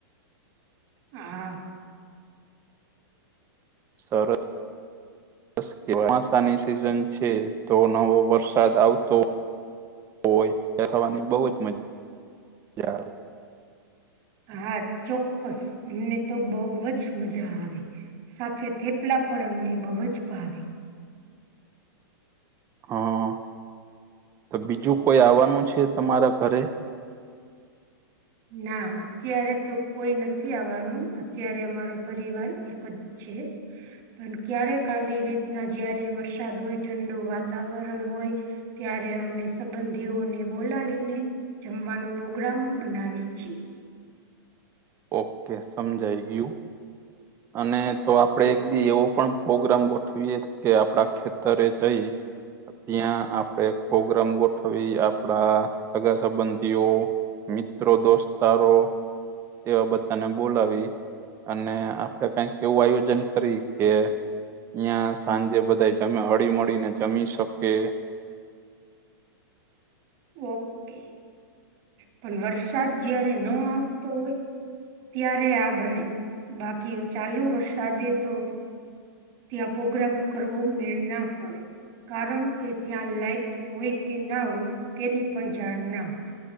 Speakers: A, on the right; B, on the right.
A: હા
B: સર બસચોમાસાની સિઝન છે તો નવો વરસાદ આવતો હોય દેખવાની બહુ જ મજા ચાર
A: હા ચોક્કસ અમને તો બહુ જ મજા આવે સાથે થેપલા પણ એમને બહુ જ ભાવે
B: હા તો બીજું કોઈ આવવાનું છે તમારા ઘરે
A: ના અત્યારે તો કોઈ નથી આવવાનું અત્યારે અમારો પરિવાર એક જ છે પણ ક્યારેક આવી રીતના જયારે વરસાદ હોય ઠંડુ વાતાવરણ હોય ત્યારે અમે સંબંધીઓને બોલાવીને જમવાનો પ્રોગ્રામ બનાવ રીચી
B: ઓકે સમજાઈ ગયું અને તો આપડે એક દી એવો પણ પ્રોગ્રામ ગોઠવીએ કે આપડા ખેતરે જઈ ત્યાં આપડે પ્રોગ્રામ ગોઠવી આપડા સગા સંબંધીઓ મિત્રો દોસ્તારો એવા બધાને બોલાવી અને આપડે કઈક એવું આયોજન કરી કે અહીં સાંજે બધા જમે હળી મળીને જમી શકે
A: ઓકે પણ વરસાદ જયારે ન આવતો હોય ત્યારે આ બને બાકી ચાલુ વરસાદે તો ત્યાં પ્રોગ્રામ કરવો મેળ ના પડે કારણ કે ત્યાં લાાઈટ હોય કે ના હોય તેની પણ જાણ ના હોય